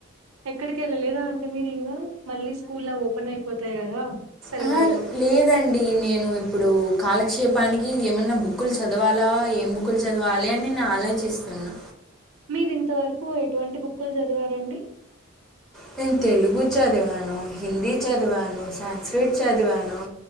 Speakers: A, on the right; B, in the centre.
A: ఎక్కడికి ఎళ్ళలేదా అండి మీరు ఇంగా మళ్ళీ స్కూల్లా ఓపెన్ అయిపోతాయి కదా. సెలవుల్లో
B: ఆహా లేదండి నేను ఇ ఇప్పుడు కాలక్షేపానికి ఏమన్నా బుక్కులు చదవాలా, ఏం బుక్కులు చదవాలి అని నేను ఆలోచిస్తున్నా.
A: మీరు ఇంతవరకు ఎటువంటి బుక్కులు చదివారండి
B: నేను తెలుగు చదివాను, హిందీ చదివాను, సాన్స్ క్రిట్ చదివాను.